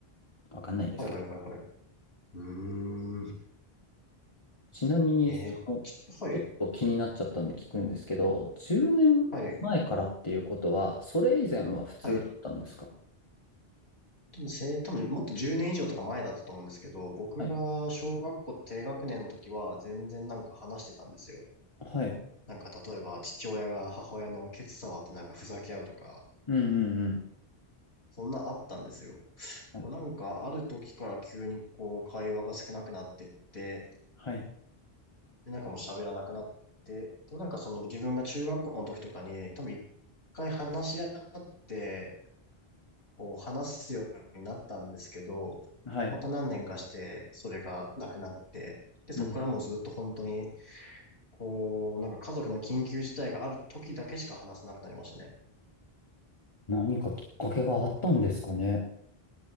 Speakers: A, on the left; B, on the left.
A: わかんないんですけど
B: はいはいはいはい。うーん。
A: ちなみに、
B: えーきはい、
A: その、ちょっと気になっちゃったんで聞くんですけど、10年前からっていうことは、
B: はい、
A: それ以前は普通だったんですか
B: はい。でもせ、多分もっと10年以上とか前だったと思うんですけど、僕が小学校低学年の時は全然なんか話してたんですよ。
A: はい。はい。
B: なんか例えば父親が母親のケツ触ってなんかふざけ合うとか、
A: うんうんうん。
B: そんなんあったんですよ。
A: はい。
B: でもなんかある時から急にこう会話が少なくなってって、
A: はい。
B: で、なんかもう喋らなくなって、でもなんかその自分が中学校の時とかに、多分一回話し合って、こう話すようになったんですけど、
A: はい。
B: また何年かしてそれがなくなって、で、そこからもうずっと本当に、
A: うん。
B: こう、なんか家族の緊急事態がある時だけしか話さなくなりましたね。
A: 何かきっかけがあったんですかね。